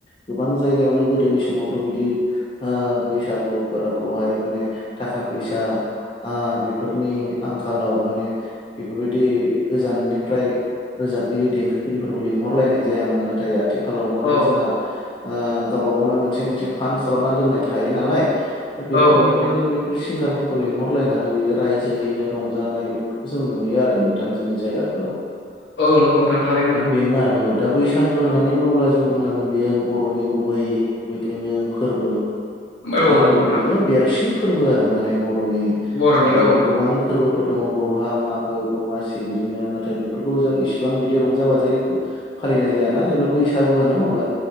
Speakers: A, on the left; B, on the left.
A: गोबां जायगायावनो गोदोनि समावथ बिदि बैसागुफोरखौहाय माने थाखा फैसा ओ-बेफोरनि आंखालाव माने बेफोरबायदि गोजान निफ्राय रोजाबगिरि देंखोगिरिफोरखौ लिंहरलायनाय जायामोन नाथाय। आथिखालाव माने
B: औ
A: जोंहा ओ-गावबा गावनो मोनसे मोनसे फान्ड खालामनानै दोननाय थायो नालाय। दा बेफोरनिफ्रायनो
B: औ नंगौ नोंथां
A: बैफोर सिंगारफोर लिंहरलायनानै बिदि रायजोयैनो रंजानाय बेफोरखौ जों नुयो आरो नोंथां जोंनि जायगाफोराव। दा
B: औ नंगौ नोंथां थारैनो नंगौ
A: बेनो आरो औ दा बैसागु होननानै
B: औ
A: बुङोब्ला जों। बुंनांगोन बियो बरनि गुबै बेबायदिनो फोरबो।
B: औ
A: आरो
B: नंगौ
A: बरनिनो
B: नोंथां
A: देरसिन फोरबो आरो माने। बरनि
B: बर'नि
A: हारियावनो
B: औ नंगौ
A: गोबां फोरबोफोर दङ बरहा मागो दमासि बिदिनो नाथाय बेफोरखौ जों इसिबां बिदि रंजा बाजायै फालिनाय जायाना जेब्ला बैसागु होनो अब्ला